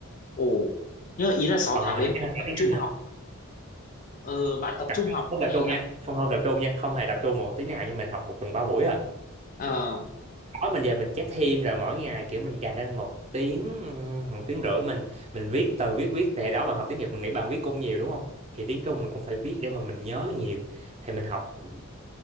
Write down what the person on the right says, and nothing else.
ờ
nãy
là
tiếng
Anh
nữa
tập
không tập
trung
nha không không tập trung nha không hề tập trung một tí nào nha mình học một tuần ba buổi à
tối mình về mình chép thêm rồi mỗi ngày kiểu mình dành ra một tiếng ừm, một tiếng rưỡi mình mình viết từ viết viết thì đó bạn học tiếng Nhật mình nghĩ bạn viết cũng nhiều đúng không thì tiếng Trung mình cũng phải viết để mà mình nhớ nhiều thì mình học